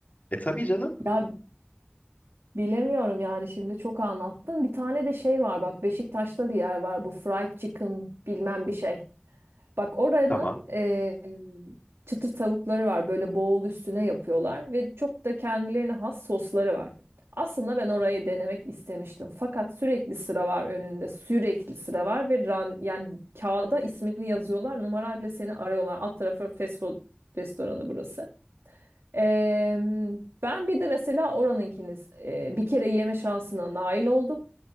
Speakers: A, on the left (about 40°); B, on the right (about 90°).
A: E tabii canım
B: Ya bilemiyorum yani şimdi çok anlattın. Bir tane de şey var bak Beşiktaş'ta bir yer var bu fried chicken bilmem bir şey. Bak oranın
A: tamam
B: e, çıtır tavukları var. Böyle boğul üstüne yapıyorlar ve çok da kendilerine has sosları var. Aslında ben orayı denemek istemiştim. Fakat sürekli sıra var önünde. Sürekli sıra var ve ran, yani kağıda ismini yazıyorlar. Numarayla seni arıyorlar. Alt tarafı fast food restoranı burası. E, ben bir de mesela oranınkini e, bir kere yeme şansına nail oldum.